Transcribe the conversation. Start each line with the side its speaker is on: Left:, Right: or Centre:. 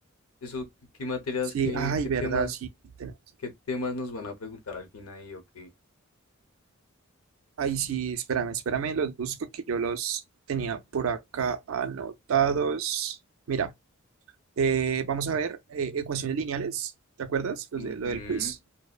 Left: eso, ¿qué materias,
Right: Sí,
Left: qué,
Right: ay,
Left: qué
Right: verdad,
Left: temas,
Right: sí. tenemos.
Left: qué temas nos van a preguntar al final ahí o qué?
Right: Ay, sí, espérame, espérame, los busco que yo los tenía por acá anotados. Mira, eh, vamos a ver eh, ecuaciones lineales. ¿Te acuerdas? Los
Left: Ujú.
Right: de, lo del quiz.